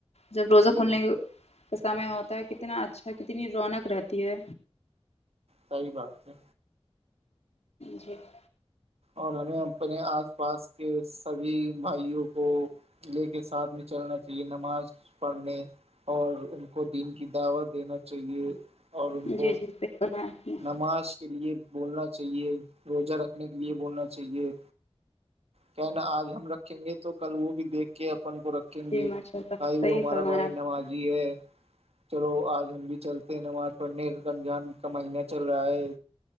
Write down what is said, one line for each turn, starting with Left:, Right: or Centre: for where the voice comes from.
Left: جب روزہ
Right: جی
Left: کھلنے کا سمے ہوتا ہے کتنا اچھا کتنی رونق رہتی ہے
Right: سحی بات ہے
Left: جھے <unintelligible>
Right: اور ہمیں اپنے آس پاس کے سبھی بھائیوں کو لے کے ساتھ میں چلنا چاہیے نماز پڑھنے اور ان کو دین کی دعوت دینا چاہیے اور ان کو
Left: جی جی صحیح فرمایا آپ نے
Right: نماز کے لیے بولنا چاہیے روزہ رکھنے یہ بولنا چاہیے کیا نا آج ہم رکھیں گے تو کل وہ بھی دیکھ کے اپن کو رکھ ریں
Left: جی
Right: گے
Left: ماشاء اللہ
Right: بائی
Left: صحیح
Right: وہ ہمارا
Left: فرمایا
Right: بھائی نمازی ہے چلو آج ہم بھی چلتے ہیں نماز پڑھنے رمضان کا مہینہ چل رہا ہے